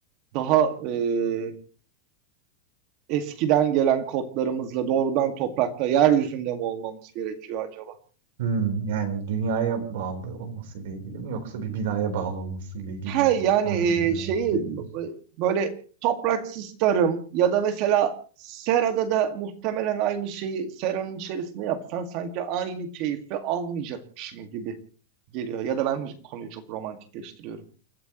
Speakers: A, on the right (about 40°); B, on the right (about 60°).
A: daha e, eskiden gelen kodlarımızla doğrudan toprakta, yeryüzünde mi olmamız gerekiyor acaba?
B: Hmm, yani dünyaya bağlı olmasıyla ilgili mi yoksa bir binaya bağlı olmasıyla ilgili
A: He
B: mi?
A: yani
B: Anladım
A: e,
B: ne
A: şeyi
B: demek istediğini.
A: b- böyle topraksız tarım ya da mesela serada da muhtemelen aynı şeyi seranın içerisinde yapsan sanki aynı keyfi almayacakmışım gibi geliyor. Ya da ben mi konuyu çok romantikleştiriyorum?